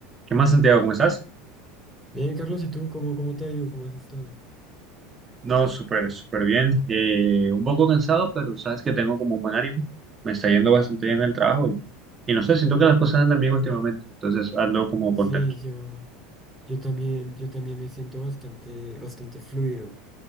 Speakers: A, on the right (about 20°); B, in the centre.
A: ¿Qué más, Santiago? ¿Cómo estás?
B: Bien, Carlos, ¿y tú cómo, cómo te ha ido? ¿Cómo has estado?
A: No, súper, súper bien. Eh, un poco cansado, pero sabes que tengo como un buen ánimo. Me está yendo bastante bien en el trabajo y, y no sé, siento que las cosas andan bien últimamente. Entonces ando como
B: Sí,
A: contento.
B: yo, yo también, yo también me siento bastante, bastante fluido.